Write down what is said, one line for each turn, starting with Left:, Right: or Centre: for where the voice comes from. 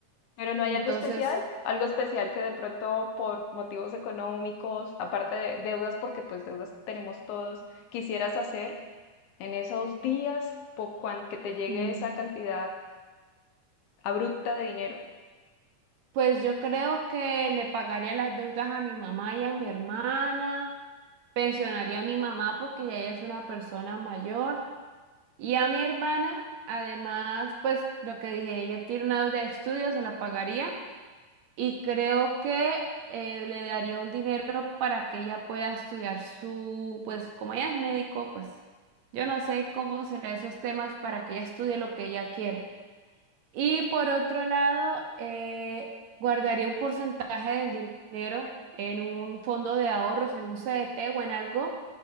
Left: Pero no hay
Right: entonces,
Left: algo especial, algo especial que de pronto por motivos económicos, aparte de deudas, porque pues deudas tenemos todos, quisieras hacer en esos días por cuan que te llegue
Right: mm,
Left: esa cantidad abrupta de dinero.
Right: pues yo creo que le pagaría las deudas a mi mamá y a mi hermana. Pensionaría a mi mamá porque ya ella es una persona mayor y a mi hermana, además, pues lo que dije, ella tiene una deuda de estudio, se la pagaría y creo que eh, le daría un dinero para que ella pueda estudiar su, pues como ella es médico, pues yo no sé cómo serán esos temas para que ella estudie lo que ella quiere. Y por otro lado, eh, guardaría un porcentaje del dinero en un fondo de ahorros, en un CDT o en algo